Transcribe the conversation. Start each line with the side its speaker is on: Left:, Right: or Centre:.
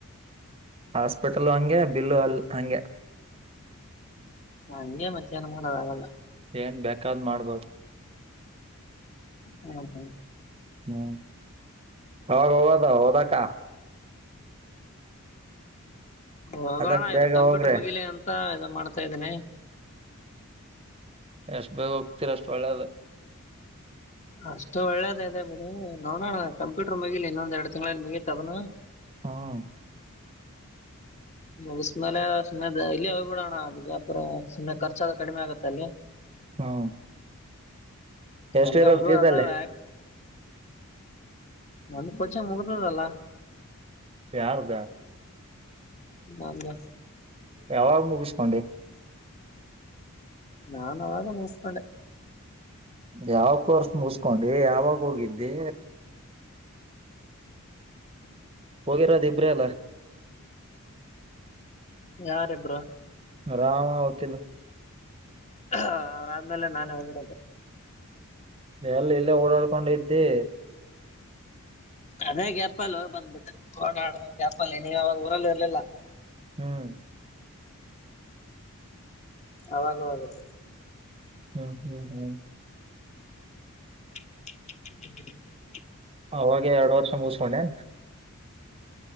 Right: ಹಾಸ್ಪಿಟಲ್ ಹಂಗೆ ಬಿಲ್ಲು ಅಲ್ ಹಂಗೆ
Left: ಹಂಗೆ ಮಧ್ಯಾಹ್ನ ಮಾಡೋದಾಗಲ್ಲ
Right: ಏನ್ ಬೇಕಾದ್ ಮಾಡ್ಬೋದು
Left: ಹ್ಮ ಹಾ
Right: ಹ್ಮ್ ಹಾಗ ಹೌದ ಹದ ಕಾ
Left: ಹೋಗೋಣ
Right: ಅದಕ್ ಬೇಗ
Left: ಇದು ಕಂಪ್ಯೂಟರ್
Right: ಹೋಗ್ರಿ
Left: ಮುಗಿಲಿ ಅಂತ ಇ ಮಾಡ್ತಾ ಇದ್ದೇನೆ
Right: ಎಷ್ಟ ಬೇಗ ಹೋಗ್ತೀರ ಅಷ್ಟ ಒಳ್ಳೆಲ್ಲ
Left: ಅಷ್ಟು ಒಳ್ಳೇದದೆ ಬಿಡ ನೋಡೋಣ ಕಂಪ್ಯೂಟರ್ ಮುಗಿಲಿ ಇನ್ನೊಂದೆರಡು ತಿಂ್ಗಳಲ್ಲಿ ಮುಗತ್ದನು
Right: ಹ್ಮ್
Left: ಮುಿಸ್ಮೇಲೆ ಸುಮ್ಮನೆ ಇಲ್ಲಿ ಹೋಗ್ಬಿಡೋಣ ಅಜಪುರ ಸುಮ್ಮ್ನೆ ಖರ್ಚ ಕಡಿಮೆ ಆಗತ್ತೆ ಅಲ್ಲಿ
Right: ಹ್ಮ್ ಎಷ್ಟಿರೋದ್
Left: ಅಲ್ಲಿ ಹೊಡ
Right: ಫೀಸ್
Left: ಅದಾವ
Right: ಅಲ್ಲಿ
Left: ಒಂದ ಕೊಚಂಗ ಮುಗದಲ್ಲ
Right: ಪ್ಯಾರದ <unintelligible>
Left: ನ
Right: ಯಾವಾಗ ಮೂವಿಸ್ಕೊಂಡೆ
Left: ನಾನು ಅವಾಗ ಮುಗಸ್ಕೊಂಡೆ
Right: ಯಾವ ಕೋರ್ಸ್ ಮುಗಸ್ಕೊಂಡಿ ಯಾವಾಗ ಹೋಗಿದ್ದಿ
Left: <inaudible>
Right: ಹೋಗಿರೋದು ಇಬ್ರೇ ಅಲ್ಲ
Left: ಯಾರಬ್ಬ್ರ
Right: ರಾಮ ವಕೀಲ
Left: ಹ ಅವ್ರ ಆದ್ಮೇಲೆ ನಾನೇ ಹೋಗಿರೋದ
Right: ಎಲ್ಲ ಇಲ್ಲೇ ಓಡಾಡ್ಕೊಂಡ ಇದ್ದಿ
Left: ಅದೇ ಗಪ ಅಲ್ಲ ಬಂದ್ಬಿಟ್ಟ ಓಡಾಡ ಗಪ ಅಲ್ಲಿ ನೀವು ಅವಾವಾಗ ಊರಲ್ಲಿ ಇರ್ಲಿಲ್ಲ
Right: ಹ್ಮ್ <unintelligible>
Left: ಅವಾಗವಾಗದು
Right: ಹ್ಮ ಹ್ಮ ಹ್ಮ <unintelligible>
Left: <inaudible>
Right: ಅವಾಗ ಎರಡು ವರ್ಷ ಮುಗಿಸಕೊಂಡೆ